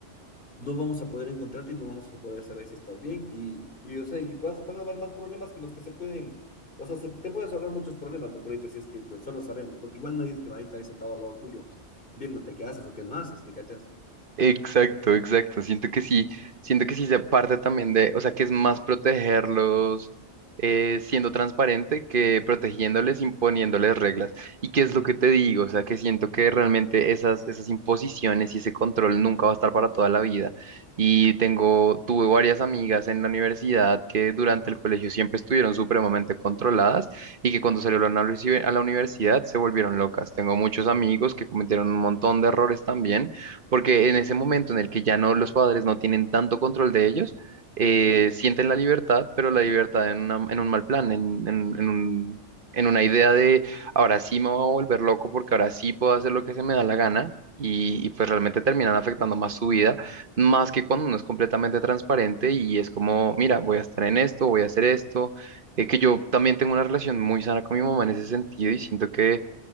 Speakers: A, on the left; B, on the right.
A: no vamos a poder encontrarte y no vamos a poder saber si estás bien. Y, y o sea, y vas- van a haber más problemas que los que se pueden, o sea, se- te puedes ahorrar muchos problemas, mejor dicho, si es que pues solo sabemos, porque igual nadie es que va a estar ahí sentado al lado tuyo, viéndote qué haces o qué no haces, ¿me cachas?
B: Exacto, exacto. Siento que sí, siento que sí se parte también de, o sea, que es más protegerlos eh, siendo transparente que protegiéndoles, imponiéndoles reglas. ¿Y qué
A: Ujú,
B: es lo que te digo? O sea, que siento que realmente esas, esas imposiciones y ese control nunca va a estar para toda la vida. Y tengo, tuve varias amigas en la universidad que durante el colegio siempre estuvieron supremamente controladas y que cuando
A: ujú,
B: salieron a la universi- a la universidad se volvieron locas. Tengo muchos amigos que cometieron un montón de errores también porque en ese momento en el que ya no los padres no tienen tanto control de ellos, eh,
A: ujú.
B: sienten la libertad, pero la libertad en, una- en un mal plan, en, en- en un- en una idea de ahora sí me voy a volver loco porque ahora sí puedo hacer lo que se me da la gana. Y, y pues realmente terminan afectando más su vida, más que cuando uno es completamente transparente y es como, mira, voy a estar en esto, voy a hacer esto, eh, que yo también tengo una relación muy sana con mi mamá en ese sentido y siento que